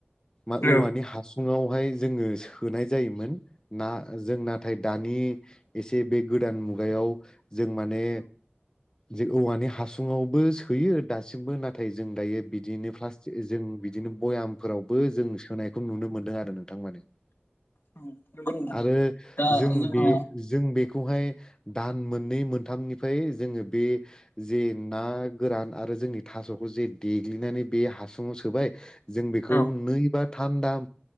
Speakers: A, on the left; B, on the left.
A: मा
B: औ
A: औवानि
B: औ
A: हासुं सुङावहाय जोङो सोनाय जायोमोन ना जों नाथाय दानि एसे बे गोदान मुगायाव जों माने जे औवानि हासुङावबो सोयो दासिमबो नाथाय जों दायो बिदिनो प्लास्टिक जों बिदिनो भयामफोरावबो जों सोनायखौ नुनो मोनदों आरो नोंथां माने
B: उम, नंगौ नोंथां
A: आरो
B: दा
A: जों
B: जोंहा
A: बे जों बेखौ खौहाय दान मोननै मोनथामनि फाय जोङो बे जे ना गोरान आरो जोंनि थास'खौ जे देग्लिनानै बे हासुङाव सोबाय जों बेखौ
B: औ
A: नै बा थाम दान